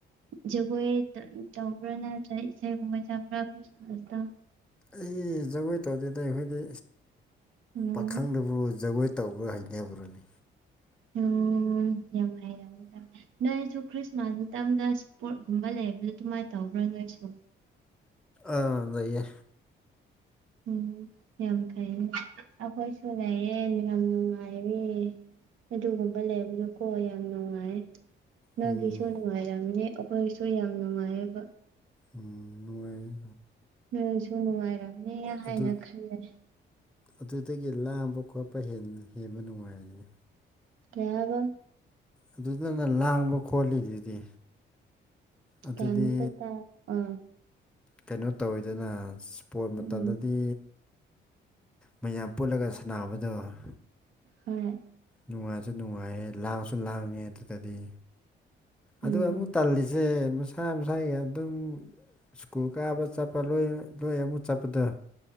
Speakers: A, on the right; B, in the centre.
A: ꯖꯒꯣꯏ ꯇꯧꯕ꯭ꯔꯥ ꯅꯠꯇꯔ ꯏꯁ ꯁꯩꯒꯨꯝꯕ ꯆꯠꯄꯔ ꯈꯔ꯭ꯤꯁꯃꯥꯁꯇ
B: ꯑꯩ ꯖꯒꯣꯏ ꯇꯧꯗꯦꯗꯤ ꯑꯩꯈꯣꯏꯗꯤ
A: ꯎꯝ
B: ꯄꯥꯈꯪꯅꯕꯨ ꯖꯒꯣꯏ ꯇꯧꯕ꯭ꯔ ꯍꯩꯅꯕ꯭ꯔꯅꯦ
A: ꯑꯣ ꯌꯥꯝ ꯍꯩ ꯅꯣꯏꯁꯨ ꯈ꯭ꯔꯤꯁꯃꯥꯁ ꯃꯇꯝꯗ ꯏꯁꯄꯣꯔꯠꯀꯨꯝꯕ ꯂꯩꯕꯗ ꯑꯗꯨꯃꯥꯏ ꯇꯧꯕ꯭ꯔ ꯅꯣꯏꯁꯨ
B: ꯑꯥ ꯂꯩꯌꯦ
A: ꯎꯝ ꯌꯥꯝ ꯐꯩꯅꯦ ꯑꯈꯣꯏꯁꯨ ꯂꯩꯌꯦ ꯌꯥꯝ ꯅꯨꯡꯉꯥꯏꯔꯦ ꯑꯗꯨꯒꯨꯝꯕ ꯂꯩꯕꯗꯨ ꯀꯣ ꯌꯥꯝ ꯅꯨꯡꯉꯥꯏꯌꯦ ꯅꯪꯒꯤꯁꯨ
B: ꯎꯝ
A: ꯅꯨꯡꯉꯥꯏꯔꯝꯅꯤ ꯑꯈꯣꯏꯁꯨ ꯌꯥꯝ ꯅꯨꯡꯉꯥꯏꯌꯦꯕ
B: ꯎꯝ ꯅꯨꯡꯉꯥꯏꯌꯦ
A: ꯅꯣꯏꯁꯨ ꯅꯨꯡꯉꯥꯏꯔꯝꯅꯤ ꯍꯥꯏꯅ
B: ꯑꯗꯨ
A: ꯈꯜꯂꯦ
B: ꯑꯗꯨꯗꯒꯤ ꯂꯥꯡꯕ ꯈꯣꯠꯄ ꯍꯦꯟꯕ ꯅꯨꯡꯉꯥꯏꯅꯦ
A: ꯀꯩ ꯍꯥꯏꯕ
B: ꯑꯗꯨꯗꯅ ꯂꯥꯡꯕ ꯈꯣꯠꯂꯤꯗꯨꯗꯤ ꯑꯗꯨꯗꯤ
A: ꯀꯩꯝꯇ ꯇꯥ ꯑ
B: ꯀꯩꯅꯣ ꯇꯧꯋꯤꯗꯅ ꯏꯁꯄꯣꯔꯠ
A: ꯎꯝ
B: ꯃꯇꯝꯗꯗꯤ ꯃꯌꯥꯝ ꯄꯨꯜꯂꯒ ꯁꯥꯅꯥꯕꯗꯣ
A: ꯍꯣꯏ
B: ꯅꯨꯡꯉꯥꯏꯖꯨ ꯅꯨꯡꯉꯥꯏꯌꯦ ꯂꯥꯡꯁꯨ ꯂꯥꯡꯉꯦ ꯑꯗꯨꯗꯗꯤ
A: ꯎꯝ
B: ꯑꯗꯨ ꯑꯃꯨꯛ ꯇꯜꯂꯤꯖꯦ ꯃꯁꯥ ꯃꯁꯥꯒꯤ ꯑꯗꯨꯝ ꯁ꯭ꯀꯨꯜ ꯀꯥꯕ ꯆꯠꯄ ꯂꯣꯏ ꯂꯣꯏ ꯑꯃꯨꯛ ꯆꯠꯄꯗ